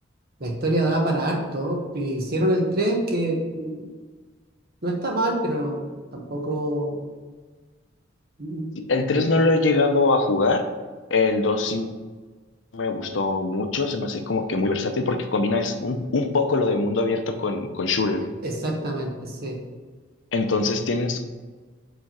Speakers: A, on the right (about 50°); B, on the left (about 75°).
A: la historia da para harto. y Hicieron el tres que mm, no está mal, pero tampoco mm,
B: El tres
A: mm,
B: no lo he llegado a jugar, el 2 sí me gustó mucho, se me hace como que muy versátil porque combina es un, un poco lo de mundo abierto con, con shooter.
A: exactamente, sí.
B: Entonces tienes